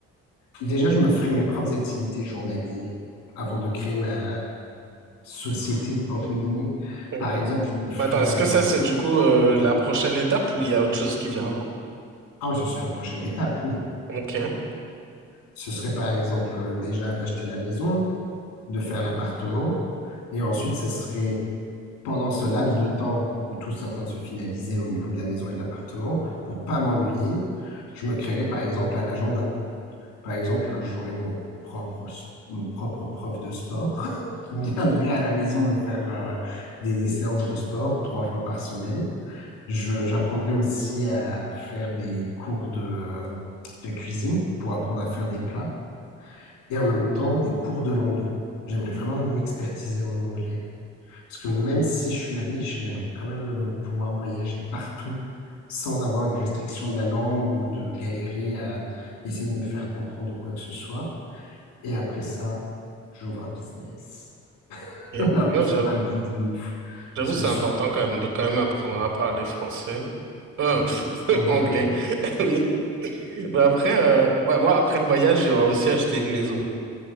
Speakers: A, on the left; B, on the right.
A: Déjà, je me ferais mes propres activités journalières avant de créer ma société, entre guillemets.
B: Ok.
A: Par exemple, je me ferais
B: Attends, est-ce
A: un...
B: que ça, c'est du coup euh, la prochaine étape ou il y a autre chose qui vient avant?
A: Ah oui, ça, c'est la prochaine étape, oui.
B: Ok.
A: Ce serait par exemple euh, déjà d'acheter la maison, de faire l'appartement, et ensuite ce serait pendant ce laps de temps où tout est en train de se finaliser au niveau de la maison et de l'appartement, pour pas m'ennuyer, je me créerais par exemple un agenda. Par exemple, j'aurais mon propre, mon propre prof de sport <laughs> qui viendrait à la maison me faire euh, des, des séances de sport trois fois par semaine. Je- J'apprendrai aussi à faire des cours de, euh, de cuisine pour apprendre à faire des plats et en même temps des cours de langue. J'aimerais vraiment m'expertiser en anglais. Parce que même si je suis riche, j'aimerais quand même euh, pouvoir voyager partout sans avoir une restriction de la langue ou de galérer à essayer de me faire comprendre ou quoi que ce soit. Et après ça, j'ouvre un business. <laughs>
B: ok.
A: Mais après,
B: Non,
A: ce
B: j'avoue.
A: serait pas un business de ouf.
B: J'avoue,
A: Ce serait
B: c'est
A: sous-
B: important quand même de quand même apprendre à parler français. Euh, pff, <laughs>
A: anglais.
B: anglais. <laughs> Oui. Mais après, euh, ouais, moi, après le voyage, j'aurais aussi acheté une maison.